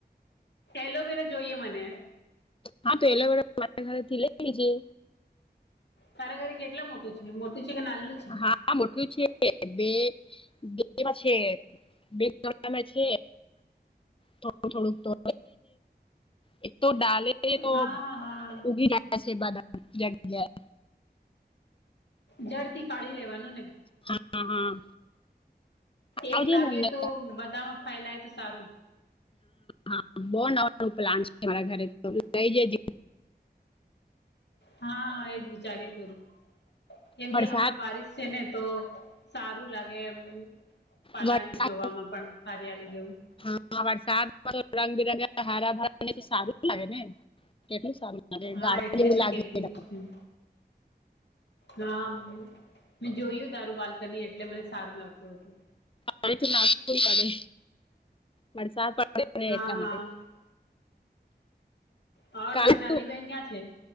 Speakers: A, on the left; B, on the left.
A: એલોવેરા જોઈએ મને
B: હા તો એલા મારા ઘરે થી લઈ લઈજ
A: કારાગરી કેટલા મોટું છે મોટું છે કે નાલનું છે
B: હા મોટલું છે બે બેમાં છે બેમાં છે થોડું થોડુંક તો એક તો ડલેે <inaudible> તો
A: હા હા
B: ઉગી બ <inaudible>
A: જડથી કાઢી લેવાનું ને
B: હા હા.
A: એક
B: આવજે
A: લાવીએ
B: ને
A: તો બધામાં ફેલાય તો સારું
B: હા હા બહ નવ નવું પ્લાન છે માંરા ઘરે લઈ જ
A: હા હા એજ વિચાર કરું કેમ
B: વરસાદ
A: કે હમણાં બારીશ છે ને તો સારું લાગે એમ. પાલાટ
B: વરસાદ
A: જોવામાં પણ હરિયાલી જેવું
B: હ વરસાદ તો રંગ બિરંગા હારા ભરા ને તો સારું લાગે ને એટલું સારું
A: હા
B: <inaudible>
A: એટલે તો
B: લાગી
A: કેતી
B: છે.
A: જ છું હા મેં જોયું તારું બાલ્કની એટલે મને સારું લાગતું હતું.
B: પડે વરસાદ પડે
A: હા
B: એટલા માટે
A: હા તો
B: કાલે
A: તારી નાની
B: તો
A: બહેન ક્યાં છે?